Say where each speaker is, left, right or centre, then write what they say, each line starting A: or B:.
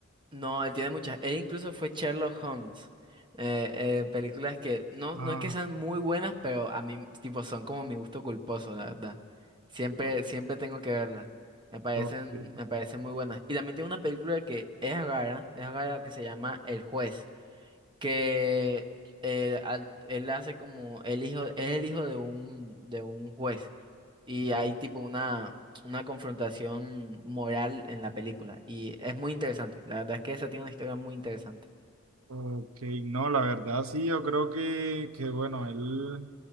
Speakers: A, on the right; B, on the right.
A: No, él tiene muchas. Él incluso fue Sherlock Holmes. Eh, eh, películas que no,
B: Ah,
A: no es que sean muy buenas, pero a mí, tipo, son como mi gusto culposo, la verdad. Siempre,
B: o-
A: siempre tengo que verlas. Me parecen,
B: ok,
A: me parecen muy buenas. Y también tiene una película que es rara, es rara, que se llama El Juez, que eh, al- él, hace como el hijo, es el hijo de un, de un juez y
B: ok,
A: hay tipo una, una confrontación moral en la película y es muy interesante. La verdad es que esa tiene una historia muy interesante.
B: ok. No, la verdad sí, yo creo que, que bueno, él.